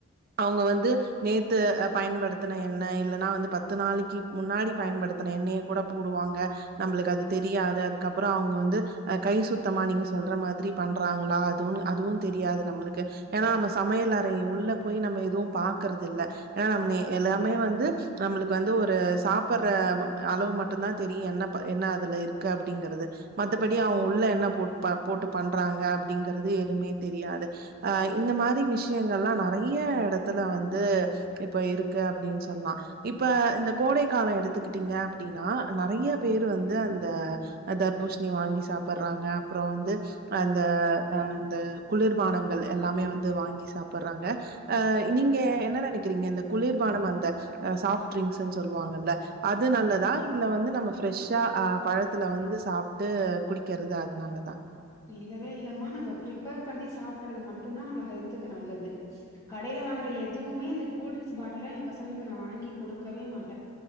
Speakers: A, on the right; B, on the left.
A: அவுங்க வந்து நேத்து பயன்படுத்துன எண்ண இல்லன்னா வந்து பத்து நாளைக்கி முன்னாடி பயன்படுத்துன எண்ணெய்ய கூட போடுவாங்க நம்பளுக்கு அது தெரியாத அதுக்கப்பறோ அவங்க வந்து அ கை சுத்தமா நீங்க சொல்ற மாதிரி பண்றாங்களா அதுவு அதுவு தெரியாது நம்பளுக்கு ஏன்னா நம்ம சமையல் அறை உள்ள போய் நம்ம எதுவு பாக்கறது இல்ல ஏன்னா நம்ம நே எல்லாமே வந்து நம்பளுக்கு வந்து ஒரு சாப்பற அளவு மட்டு தா தெரியு என்ன ப என்ன அதுல இருக்கு அப்படிங்கறது மத்தபடி அவங்க உள்ள என்ன போ ப போட்டு பண்றாங்க அப்படிங்கறது எதுவுமே தெரியாது அ இந்த மாரி விஷயங்கள்லா நறைய எடத்துல வந்து இப்ப இருக்கு அப்டின் சொல்லா இப்ப இந்த கோடை காலோ எடுத்துக்கிட்டீங்க அப்டின்னா நறையா பேரு வந்து அந்த தர்பூசணி வாங்கி சாப்பற்றாங்க அப்பறோ வந்து அந்த அ அந்த குளிர்பானங்கள் எல்லாமே வந்து வாங்கி சாப்பற்றாங்க ஆ நீங்க என்ன நெனைக்கறீங்க இந்த குளிர்பானம் அந்த சாஃப்ட் ட்ரிங்க்ஸ்ன்னு சொல்லுவாங்கல்ல அது நல்ல தா இல்ல வந்து நம்ம ஃப்ரெஷ்ஷா அ பழத்துல வந்து சாப்ட்டு குடிக்கிறது அதுனாலதா
B: இப்ப இல்லவே இல்லமா நம்ம பிரிப்பேர் பண்ணி சாப்படுறது மட்டு தா நம்ம ஹெல்த்துக்கு நல்லது கடைல வாங்குற எதுவுமே இந்த கூல்ட்ரிங்க்ஸ் பாட்டில எ பசங்களுக்கு நா வாங்கி குடுக்கவே மாட்ட